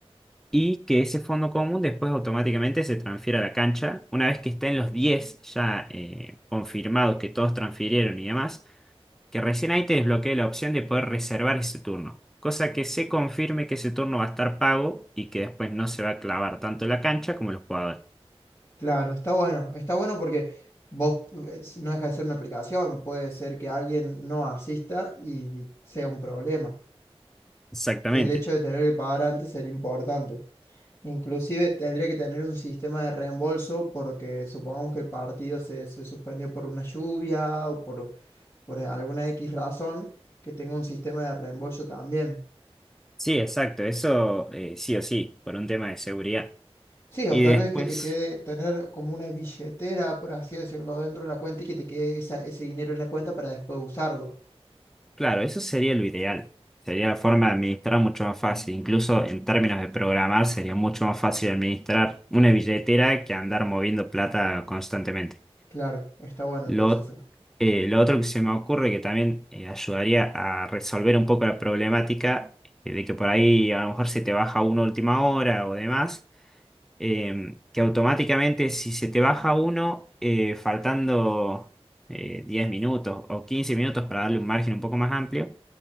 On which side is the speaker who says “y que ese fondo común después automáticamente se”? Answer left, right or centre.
Centre